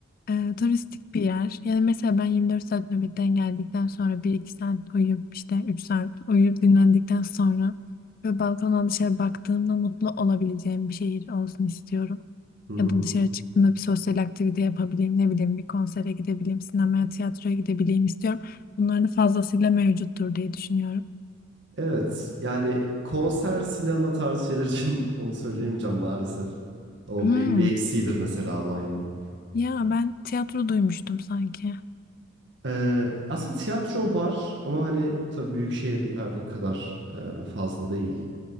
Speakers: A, on the left (about 45°); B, on the right (about 55°).
A: e, turistik bir yer. Yani mesela ben 24 saat nöbetten geldikten sonra bir iki saat uyuyup işte 3 saat uyuyup dinlendikten sonra ve balkondan dışarı baktığımda mutlu olabileceğim bir şehir olsun istiyorum.
B: Hı hı.
A: Ya da dışarı çıktığımda bir sosyal aktivite yapabileyim, ne bileyim bir konsere gidebileyim, sinemaya, tiyatroya gidebileyim istiyorum. Bunlar da fazlasıyla mevcuttur diye düşünüyorum.
B: Evet, yani konser, sinema tarzı şeyler için <laughs> onu söyleyemeyeceğim maalesef. O
A: Hmm.
B: büyük bir eksiğidir mesela Alanya'nın.
A: Ya ben tiyatro duymuştum sanki.
B: Ee, aslında tiyatro var ama hani tabii büyük şehirlerdeki kadar e, fazla değil.